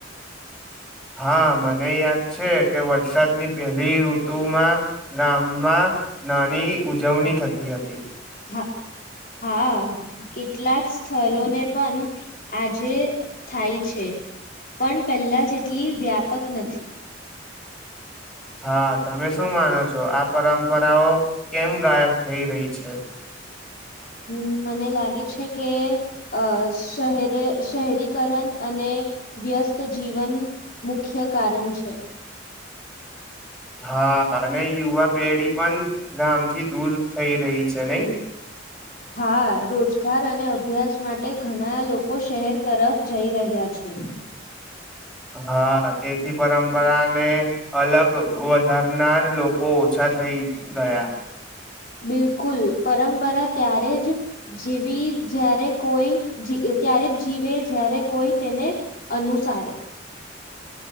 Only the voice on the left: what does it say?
હા હા કેટલાક સ્થળને પણ આજે થાય છે પણ પહેલા જેટલી વ્યાપક નથી.
હમ્મ મને લાગે છે કે અ શહેરે શહેરીકરણ અને વ્યસ્ત જીવન મુખ્ય કારણ છે.
હા રોજગાર અને અભ્યાસ માટે ઘણા લોકો શહેર તરફ જઈ રહ્યા છે.
બિલકુલ પરંપરા ત્યારે જ જેવી જ્યારે કોઈ જ ત્યારે જ જીવે જ્યારે કોઈ તેને અનુસારે.